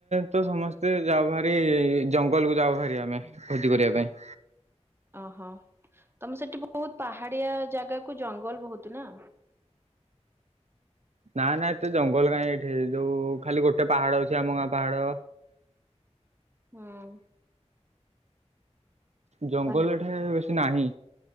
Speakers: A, on the right; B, on the right.
A: ତ ସମସ୍ତେ ଯାଉ ହାରି, ଜଙ୍ଗଲକୁୁ ଯାଉ ହାରି ଆମେ ଭୋଜି କରିବା ପାଇଁ।
B: ଓହୋ। ତମେ ସେଠି ବୋହୁତ୍ ପାହାଡିଆ ଜାଗାକୁ ଜଙ୍ଗଲ ବୋହୁତ୍ ନା।
A: ନା ନା ଏତେ ଜଙ୍ଗଲ କାହିଁ ଏଠି। ଯୋଉ ଖାଲି ଗୋଟେ ପାହାଡ ଅଛି ଆମ ଗାଁ ପାହାଡ।
B: ହୁଁ।
A: ଜଙ୍ଗଲ
B: ପାହାଡ
A: ଏଠାରେ ବେଶୀ ନାହିଁ।